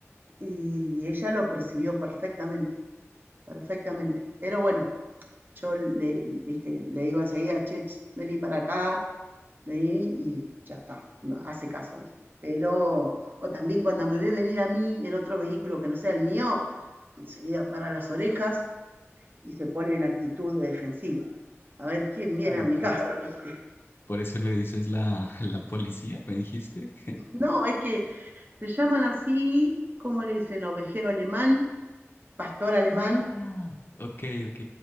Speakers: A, on the right; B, on the left.
A: Y ella lo percibió perfectamente, perfectamente. Pero bueno, yo le, viste, le digo enseguida, che, ch, vení para acá, vení y ya está, no, hace caso, viste. Pero, o también cuando me ve venir a mí en otro vehículo que no sea el mío, enseguida para las orejas y se pone en actitud de defensiva. A ver quién viene
B: Claro,
A: a mi
B: por,
A: casa. <laughs>
B: por eso le dices la, <laughs> la policía, me dijiste.
A: No, es que se llaman así, ¿cómo le dicen? Ovejero alemán, pastor alemán,
B: Ah, ok, ok.